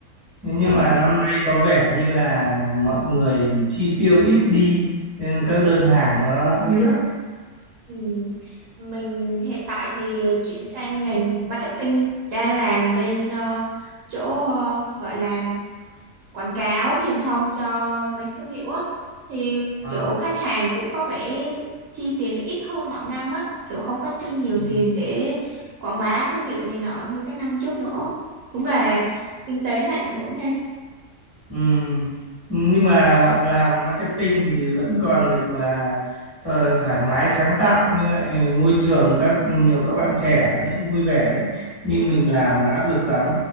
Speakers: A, on the left; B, on the right.
A: Thế nhưng
B: Ồ,
A: mà năm nay có vẻ như là mọi người chi tiêu ít đi, nên các đơn hàng nó ít lắm.
B: ừm, Mình hiện tại thì chuyển sang ngành marketing, đang làm bên ờ, chỗ ờ, gọi là quảng cáo truyền thông cho mấy thương hiệu á thì
A: Ờ,
B: kiểu khách hàng cũng có vẻ chi tiền ít hơn mọi năm á kiểu không có chi nhiều
A: ừ.
B: tiền để quảng bá thương hiệu này nọ như các năm trước nữa đúng là kinh tế nó ảnh hưởng ha
A: Ừm, Nhưng mà bạn làm marketing thì vẫn còn được là tho- thoải mái sáng tạo với lại môi trường các nhiều các bạn trẻ nó cũng vui vẻ đấy. Như mình làm là áp lực lắm.